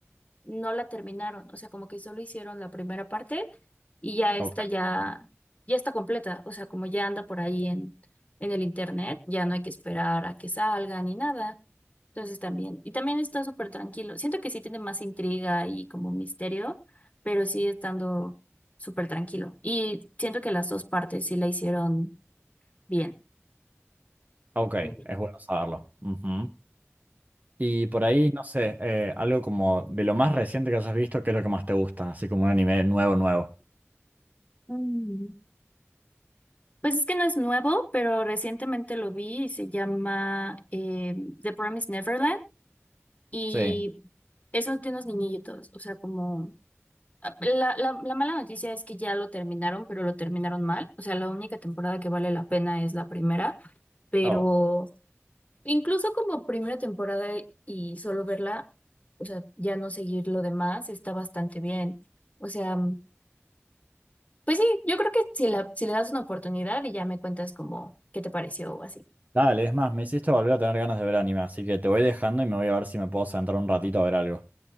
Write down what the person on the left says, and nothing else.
no la terminaron, o sea, como que solo hicieron la primera parte y ya esta
ya, ya está completa, o sea, como ya anda por ahí en, en el internet, ya no hay que esperar a que salga ni nada. Entonces también, y también está súper tranquilo. Siento que sí tiene más intriga y como misterio, pero sí estando súper tranquilo. Y siento que las dos partes sí la hicieron bien.
Ok.
Mm. Pues es que no es nuevo, pero recientemente lo vi y se llama eh, The Promised Neverland y
eso de unos niñitos, o sea, como ah, la, la, la mala noticia es que ya lo terminaron, pero lo terminaron mal, o sea, la única temporada que vale la pena es la primera, pero
incluso como primera temporada y solo verla, o sea, ya no seguir lo demás está bastante bien, o sea, pues sí, yo creo que si la, si le das una oportunidad y ya me cuentas como qué te pareció o así.